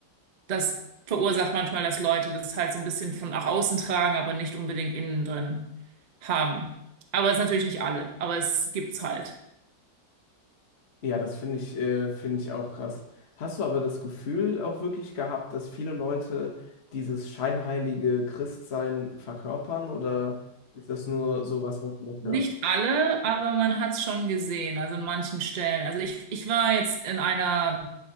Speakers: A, on the right; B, on the left.
A: das verursacht manchmal, dass Leute das halt so ein bisschen von nach außen tragen, aber nicht unbedingt innen drin haben. Aber es ist natürlich nicht alle, aber es gibt's halt.
B: ja, das finde ich, äh, finde ich auch krass. Hast du aber das Gefühl auch wirklich gehabt, dass viele Leute dieses scheinheilige Christsein verkörpern oder ist das nur so, was man vielleicht
A: Nicht
B: hört?
A: alle, aber man hat es schon gesehen, also in manchen Stellen. Also ich, ich war jetzt in einer